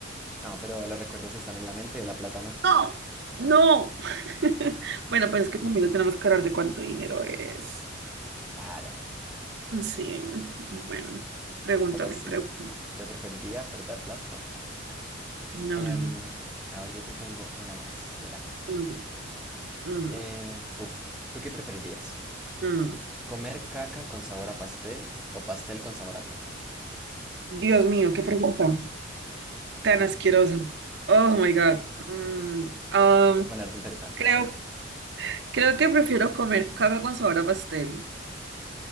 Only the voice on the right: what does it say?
No, no. <laughs> Bueno, pues es que también no tenemos que hablar de cuánto dinero es.
Sí, bueno, pregúntame,
pregúntame.
No,
no, no.
Mm, mm,
mm.
Dios mío, qué pregunta tan asquerosa. Oh my God. Mm, um,
creo Creo que prefiero comer caca con sabor a pastel.